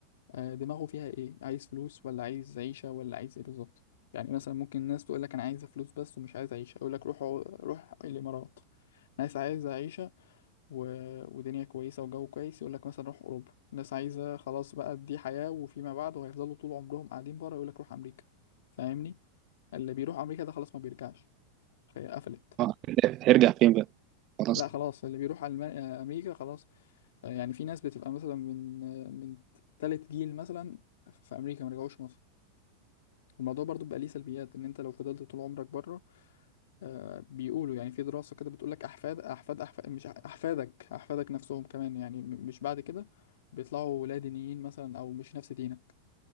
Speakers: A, on the left; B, on the right.
A: آه، دماغه فيها ايه عايز فلوس ولا عايز عيشة ولا عايز ايه بالظبط يعني مثلا ممكن الناس تقول لك انا عايزة فلوس بس ومش عايز عيشة اقول لك روح اقعد- روح الامارات ناس عايزة عيشة و... ودنيا كويسة وجو كويس يقول لك مثلا روح اوروبا ناس عايزة خلاص بقى دي حياة وفيما بعد وهيفضلوا طول عمرهم قاعدين بره يقول لك روح امريكا فاهمني اللي بيروح امريكا ده خلاص ما بيرجعش فهي قفلت
B: اه هيرجع فين بقى خلاص
A: لا
B: كده
A: خلاص اللي بيروح على امريكا خلاص آه، يعني في ناس بتبقى مثلا من آه، من تالت جيل مثلا في امريكا ما رجعوش مصر الموضوع برضو بقى ليه سلبيات ان انت لو فضلت طول عمرك بره آه، بيقولوا يعني في دراسة كده بتقول لك احفاد احفاد احفاد مش أح- احفادك احفادك نفسهم كمان يعني م- مش بعد كده بيطلعوا لا دينيين مثلا او مش نفس دينك